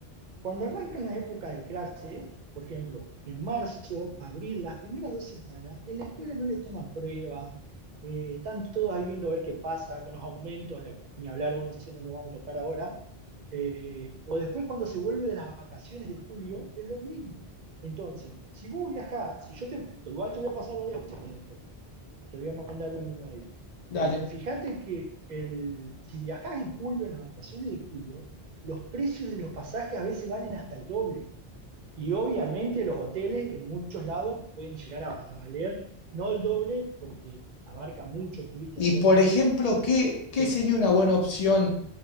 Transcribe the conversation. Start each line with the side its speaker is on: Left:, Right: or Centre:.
Right: Cuando arrancan las épocas de clase, por ejemplo, en marzo, abril, las primeras dos semanas, en la escuela no le toman pruebas, eh, están todos ahí viendo a ver qué pasa con los aumentos, ni hablar, bueno, eso no lo vamos a tocar ahora. Eh, o después cuando se vuelve de las vacaciones de julio, es lo mismo. Entonces, si vos viajás, si yo te, igual te voy a pasar varias opciones, te voy a mandar un email.
Left: Dale.
Right: El, fíjate que el, si viajás en julio, en las vacaciones de julio, los precios de los pasajes a veces valen hasta el doble. Y obviamente los hoteles en muchos lados pueden llegar a, a valer, no el doble, porque abarca muchos turistas
Left: Y
Right: de todo
Left: por
Right: el mundo.
Left: ejemplo, ¿qué, qué
Right: Sí.
Left: sería una buena opción